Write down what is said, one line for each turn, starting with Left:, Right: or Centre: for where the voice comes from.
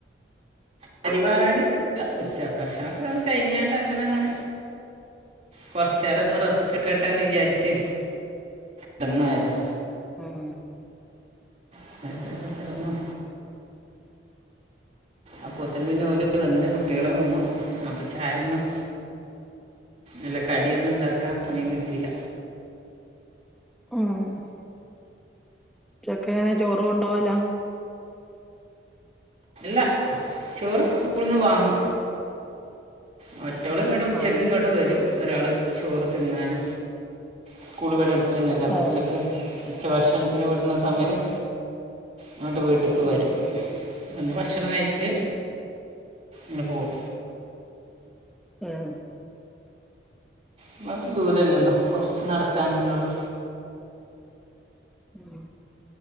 Right: പരിപാടിയൊന്നുല്ല. ഉച്ചഭക്ഷണക്കെ കഴിഞ്ഞാണ്ട് അങ്ങനൊന്ന്, കൊർച്ചേരൊന്ന് റെസ്റ്റ് ഇട്ക്കട്ടെന്ന് വിചാര്ച്ച്. കെട്ന്നോയതാ.
Centre: ഉം
Right: <unintelligible> കെടന്നൊ അപ്പോത്തിന് പിന്നെ ഓല് വന്ന് കുട്ട്യേള് വന്നു. അപ്പൊ ചായൊന്നും അല്ല കടിയൊന്നുണ്ടാക്കാൻ സമയം കിട്ടീല്ല.
Centre: ഉം ഉച്ചക്കെങ്ങനെ ചോറ് കൊണ്ടോവലാ?
Right: അല്ല ചോറ് സ്കൂൾന്ന് വാങ്ങും. മറ്റോള് ങ്ങട്ട് ഉച്ചക്ക്
Centre: ആഹ്
Right: ങ്ങട്ട് വരും ഒരാള് ചോറ് തിന്നാന്. സ്കൂള് വടെ എട്ത്തന്നല്ലെ അപ്പൊ
Centre: ആഹ്
Right: ഉച്ചക്ക് ഉച്ച ഭക്ഷണത്തിന് വിട്ണ സമയത്ത് ഇങ്ങട്ട് വീട്ട് ക്ക് വരും.
Centre: ഉം ഉം
Right: വന്ന് ഭക്ഷണം കഴിച്ച് ങ്ങട്ട് പോവും.
Centre: ആഹ്
Right: അയ്മാത്രം ദൂരല്ലല്ലോ കൊർച്ച് നടക്കാനല്ലോള്ളൂ.
Centre: ഉം